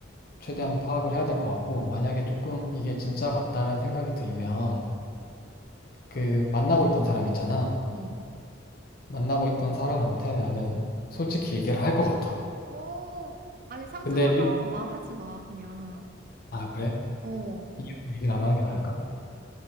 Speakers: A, on the left; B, on the right.
A: 최대한 파악을 해야 될 것 같고, 만약에 조금 이게 진짜 같다라는 생각이 들면, 그 만나고 있던 사람 있잖아.
B: 음.
A: 만나고 있던 사람한테 나는 솔직히 얘기를 할 것 같아.
B: 어, 아니 상처받아
A: 근데, 이,
B: 말하지 마 그냥.
A: 아, 그래?
B: 어.
A: 이유는 얘기를 안 하는 게 나을까?